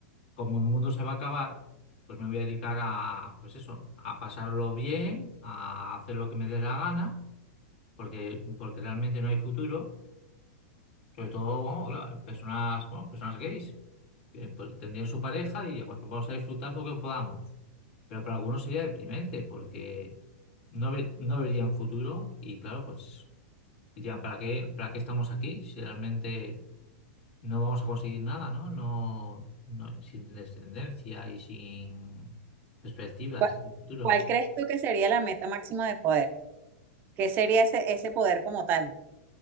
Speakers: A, on the left; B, on the right.
A: como el mundo se va a acabar, pues me voy a dedicar a, pues eso, a pasarlo bien, a hacer lo que me dé la gana, porque, porque realmente no hay futuro. Sobre todo, bueno, claro, personas, bueno, personas gays, que pues tendrían su pareja y pues vamos a disfrutar lo que podamos. Pero para algunos sería deprimente porque no, ve- no verían futuro y claro, pues dirían, ¿para qué, para qué estamos aquí si realmente no vamos a conseguir nada, ¿no? No, no- sin descendencia y sin perspectivas
B: ¿Cuál,
A: de futuro.
B: cuál crees tú que sería la meta máxima de poder? ¿Qué sería ese, ese poder como tal?